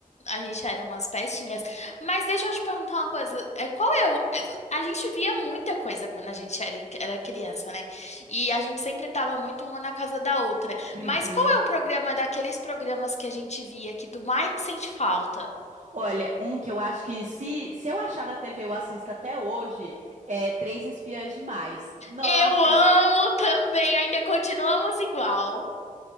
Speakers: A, on the left (about 55°); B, on the right (about 55°).
A: A gente era umas pestinhas. Mas deixa eu te perguntar uma coisa. É, qual é o... A gente via muita coisa quando a gente era, em- era criança, né? E a gente sempre tava muito uma na casa da outra.
B: Uhum.
A: Mas qual é o programa daqueles programas que a gente via que tu mais sente falta?
B: Olha, um que eu acho que se, se eu achar na TV eu assisto até hoje é Três Espiãs Demais. Nossa,
A: Eu amo também, ainda continuamos igual.